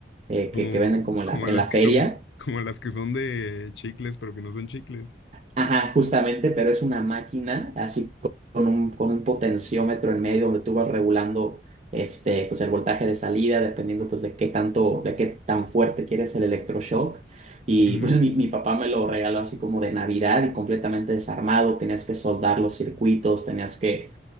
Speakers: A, on the right; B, on the left.
A: eh,
B: como,
A: que, que venden como en
B: como
A: la, en
B: las
A: la feria.
B: que son, como las que son de chicles, pero que no son chicles.
A: Ajá, justamente, pero es una máquina así con un, con un potenciómetro en medio donde tú vas regulando este, pues el voltaje de salida dependiendo pues de qué tanto, de qué tan fuerte quieres el electroshock. Y
B: Ujú,
A: pues mi, mi papá me lo regaló así como de Navidad y completamente desarmado, tenías que soldar los circuitos, tenías que